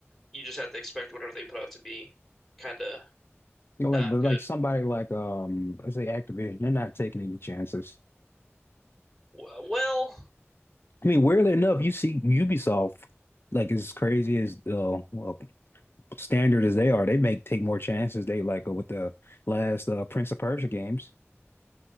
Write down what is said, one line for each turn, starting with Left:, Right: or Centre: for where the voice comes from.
Centre: you just have to expect whatever they put out to be kind of
Left: Like,
Centre: not
Left: but
Centre: good.
Left: like somebody like um, let's say Activision, they're not taking any chances.
Centre: W- Well,
Left: I mean, weirdly enough, you see Ubisoft, like as crazy as uh, well standard as they are, they make take more chances. They like go with the last uh, Prince of Persia games.